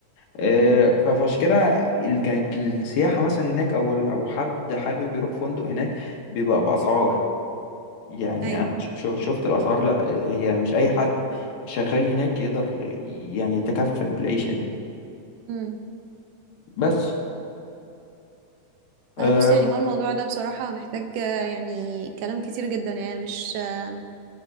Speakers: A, on the left; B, on the right.
A: آه،
B: مم.
A: ف- فعشان كده ال- كانت السياحة مثلا هناك أو لو حد حابب يروح فندق هناك بيبقى بأسعار يعني
B: أيوة
A: أنا ش-
B: اه
A: ش- شفت الأسعار لأ هي مش أي حد شغال هناك يقدر يعني يتكفل بالعيشة دي
B: مم.
A: بس آه،
B: آه، بص يعني هو الموضوع ده بصراحة محتاج آه، يعني كلام كتير جدا يعني مش آه،